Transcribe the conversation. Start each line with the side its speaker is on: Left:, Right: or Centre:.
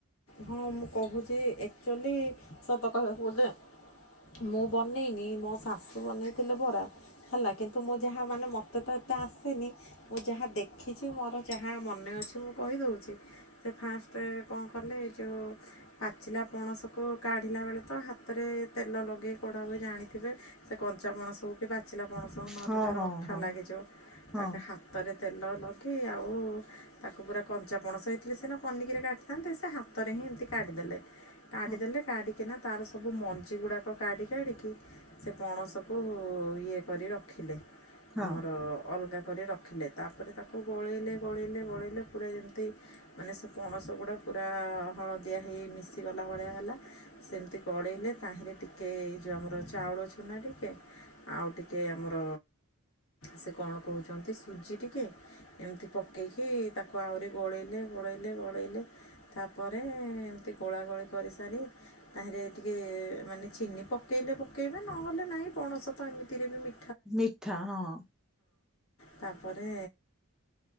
Left: ହଁ ମୁଁ କହୁଚି ଆକ୍ଚୁଆଲି ସତ କହିବାକୁ ଗଲେ ମୁଁ ବନେଇନି ମୋ ଶାଶୁ ବନେଇଥିଲେ ବରା ହେଲା କିନ୍ତୁ ମୁଁ ଯାହା ମାନେ ମତେ ମତେ ତ ଏତେ ଆସେନି ମୁଁ ଯାହା ଦେଖିଛି ମୋର ଯାହା ମନେ ଅଛି ମୁଁ କହିଦୋଉଚି ଫାଷ୍ଟ କଣ କଲେ ଏ ଯେଉଁ ପାଚିଲା ପଣସକୁ କାଢ଼ିଲା ବେଳେ ତ ହାତରେ ତେଲ ଲଗେଇ କୋଢ଼ା ହୁଏ ଜାଣି ଥିବେ ସେ କଞ୍ଚାାପଣସ କି ପାଚି ଲା ପଣସ ନହେଲେ
Centre: ହଁ
Left: ତାର
Centre: ହଁ
Left: ଅଠା
Centre: ହଁ
Left: ଲାଗିଯିବ
Centre: ହଁ
Left: ତା ହାତରେ ତେଲ ଲଗେଇ ଆଉ ତାକୁ ପୁରା କଞ୍ଚା ପଣସ ହେଇଥିଲି ସିନା ପନିକିରେ କାଟିିଥାନ୍ତି ସେ ହାତ ଏମିତି କାଢିଦେଲେ କାଢିଦେଲେ
Centre: ହଁ
Left: କାଢିକିନା ତାର ସବୁ ମଞ୍ଜି ଗୁଡ଼ାକ କାଢ଼ି କାଢ଼ିକି ସେ ପଣସକୁ ଇଏ କରି ରଖିଲେ।
Centre: ହଁ।
Left: ଆମର ଅଲଗା କରି ରଖିଲେ ତାପରେ ତାକୁ ଗୋଳେଇଲେ ଗୋଳେଇଲେ ଗୋଳେଇଲେ ପୁରା ଯେମିତି ମାନେ ସେ ପଣସଗୁଡ଼ା ପୁରା ହଳଦିଆ ହେଇ ମିଶିଗଲା ଭଳିଆ ହେଲା। ସେମିତି ଗଳେଇଲେ ତାହିଁରେ ଟିକେ ଏ ଯେଉଁ ଆମର ଚାଉଳ ଳ ଚୁନା ଟିକେ ଆଉ ଟିକ ଆମର ସେ କଣ କୋହୁଚନ୍ତି ସୁଜି ଟିକେ ଏମିତି ପକେଇକି ତାକୁ ଆହୁରି ଗୋଳେଇଲେ ଗୋଳେଇଲେ ଗୋଳେଇଲେ ତାପରେ ଏମିତି ଗୋଳା ଗୋଳି କରିସାରି ତାହେରେ ଟିକେ ମାନେ ଚିନି ପକେଇଲେ ପକେଇବେ ନହେଲେ ନାଇଁ ପଣସ ତ ଏମିତିରେ ବି ମି
Centre: ମିଠା ହଁ।
Left: ତାପରେ